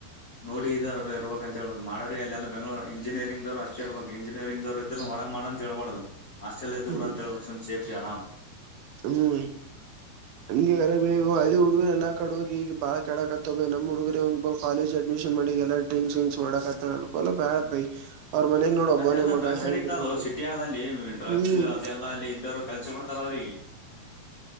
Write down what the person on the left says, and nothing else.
ನೋಡಿ ಇದ ಇರ್ಬೇಕು ಅಂತ ಹೇಬೇಕ ಮಾಡವ್ರ ಅಲ್ಲ ಬೆಂಗ್ಳೂ ಇಂಜಿನಿಯರಿಂಗ್ವ್ ಅಷ್ಟೇ ಇರ್ಬೇಕು ಇಂಜಿನಿಯರಿಂಗ್ ದವ್ ಇದ್ರ ಮಾಡ ಅಂತೇಳ್ಬಾರ್ದದು ಆಸ್ಟೆಲ್ ಇದ್ದು
ಬಿಡ ಅಂತೇಳ್ಬು ಸೇಫ್ಟಿ ಆರಾಮ್
ಅಲ್ಲೆಲ್ಲ
ಡ್ರಗ್ಸ್
ಅಡಿಕ್ಟ್
ಅದು ಸಿಟಿ ಆದ ಅಲ್ಲಿ ಡ್ರಗ್ಸ್
ಅದೆಲ್ಲಾ ಅಲ್ಲಿ ಇದ್ದರು ಕಲ್ಸಿ ಬಿಡ್ತಾರ ಅವ್ರಿಗೆ